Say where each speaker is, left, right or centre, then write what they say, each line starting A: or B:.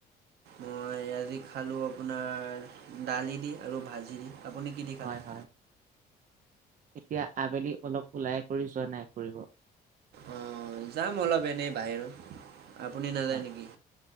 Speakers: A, on the right (about 75°); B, on the right (about 50°).
A: মই আজি খালোঁ আপোনাৰ দালি দি, আৰু ভাজি দি। আপুনি কি দি
B: হয়
A: খালা?
B: হয় এতিয়া আবেলি অলপ ওলাই কৰি যোৱা নাই ফুৰিব?
A: অ, যাম অলপ এনেই বাহিৰত। আপুনি নাযায়
B: হয়
A: নেকি?